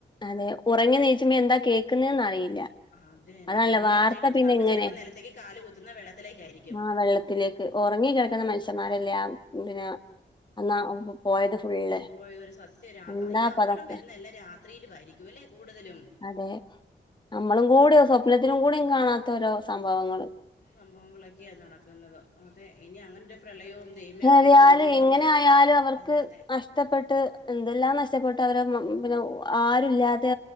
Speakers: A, on the left; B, on the left.
A: അതെ ഒറങ്ങി നീച്ച്മ്പ എന്താ കേക്ക്ന്നേന്ന് അറിയില്ല
B: ആഹ് അത്യെന്നെ
A: അതാണല്ലോ
B: ഒറങ്ങി
A: വാർത്ത
B: ഒന്നെണീറ്റ്
A: പിന്നെ
B: നമ്മള്
A: ഇങ്ങനെ
B: ചെലപ്പോ നെലത്തേക്ക് കാല് കുത്തുന്നെ വെള്ളത്തിലേക്കായിരിക്കും
A: ആഹ് വെള്ളത്തിലേക്ക് ക്ക് ഒറങ്ങി കെടക്ക്ന്ന മന്ഷ്യന്മാരല്ലേ ആഹ് പിന്നെ അന്നാ പോയത് ഫുള്ള്
B: ഓയൊരു സത്യാ രാ
A: എന്താപ്പ
B: ഈ അപകടം
A: അതൊക്കെ
B: വരുന്നെല്ലാം രാത്രിയിലുവായിരിക്കുല്ലെ കൂടുതലും
A: വേം നമ്മളും ങ്കൂടി സ്വപ്നത്തിലും കൂടീം കാണാത്ത ഓരോ സംഭവങ്ങള്
B: സംഭവങ്ങളൊക്കെയാ നടക്ക്ന്നത് അതെ ഇനി അങ്ങനൊര് പ്രളയവും ദൈവമേ
A: ന്നര്യാലു
B: അങ്ങനൊരു ദുരിതങ്ങളൊന്നും
A: ഇങ്ങനെ ആയാലുഅവർക്ക്
B: വരാതെ
A: അഷ് ഷ്ടപ്പെട്ട് എന്തെല്ലാം നഷ്ടപ്പെട്ട് അവരെ മ പിന്നെ ആരുല്ലാതെ